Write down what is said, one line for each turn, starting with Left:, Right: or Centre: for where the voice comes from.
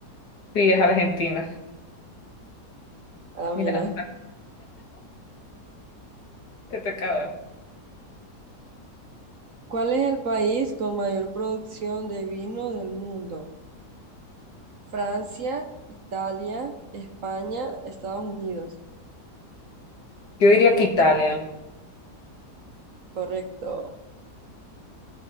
Left: Sí, es Argentina.
Right: Ah,
Left: Mira,
Right: mira.
Left: te tocaba.
Right: ¿Cuál es el país con mayor producción de vino del mundo? Francia, Italia, España, Estados Unidos.
Left: Yo diría que Italia.
Right: Correcto.